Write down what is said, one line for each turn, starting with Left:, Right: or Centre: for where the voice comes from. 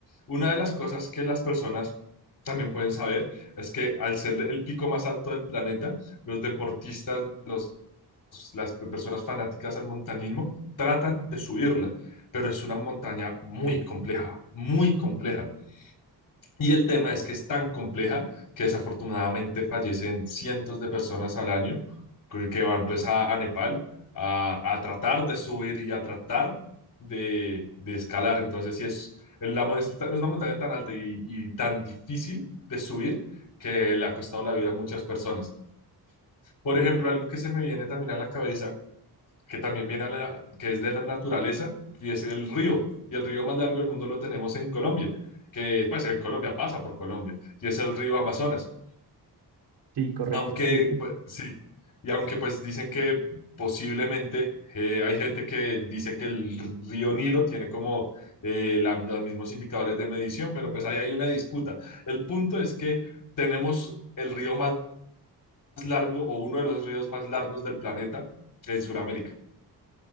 Left: Una de las cosas que las personas también pueden saber es que al ser el pico más alto del planeta, los deportistas, los, las personas fanáticas al montañismo tratan de subirla, pero es una montaña muy compleja, muy compleja. Y el tema es que es tan compleja que desafortunadamente fallecen cientos de personas al año que van pues a, a Nepal a, a, tratar de subir y a tratar de, de escalar. Entonces, sí, es, la, es una montaña tan alta y, y, tan difícil de subir que le ha costado la vida a muchas personas. Por ejemplo, algo que se me viene también a la cabeza que también viene a la, que es de la naturaleza y es el río. Y el río más largo del mundo lo tenemos en Colombia, que pues en Colombia pasa por Colombia, y es el río Amazonas.
Right: Sí, correcto,
Left: Aunque,
Right: sí.
Left: pues, sí, y aunque pues dicen que posiblemente eh, hay gente que dice que el río Nilo tiene como eh, la, los mismos indicadores de medición, pero pues ahí hay una disputa. El punto es que tenemos el río más largo o uno de los ríos más largos del planeta en Sudamérica.